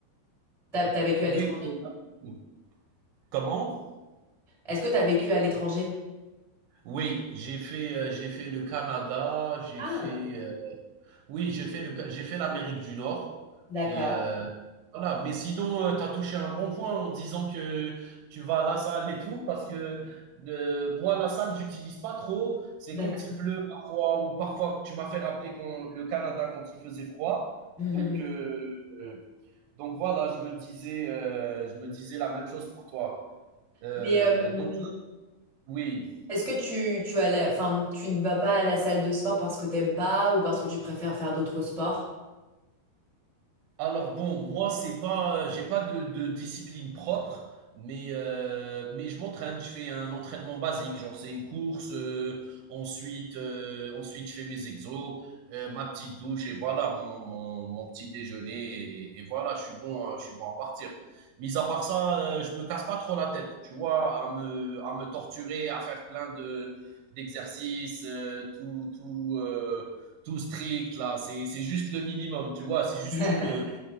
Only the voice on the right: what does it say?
Oui,
oui, absolument. Comment?
Oui, j'ai fait, heu, j'ai fait le Canada, j'ai
fait, heu, oui, j'ai fait le Ca j'ai fait l'Amérique du Nord
et heu, voilà. Mais sinon, heu, tu as touché un bon point en disant que tu vas à la salle et tout parce que, heu, moi, la salle, j'utilise pas trop. C'est
quand il pleut parfois ou parfois tu m'as fait rappeler quand le Canada, quand il faisait froid.
Donc heu Donc voilà, je me disais, euh, je me disais la même chose pour toi. Euh,
donc oui,
Alors bon, moi c'est pas, euh, j'ai pas de de discipline propre, mais heu, mais je m'entraîne. Je fais un entraînement basique, genre c'est une course, heu, ensuite, heu, ensuite je fais mes exos, heu, ma petite douche et voilà mon mon mon petit déjeuner et et voilà, je suis bon, heu, je suis bon à partir. Mis à part ça, heu, je me casse pas trop la tête, tu vois? À me à me torturer, à faire plein de d'exercices, heu, tout tout, heu, tout strict là, c'est c'est juste le minimum, tu vois? C'est juste
une,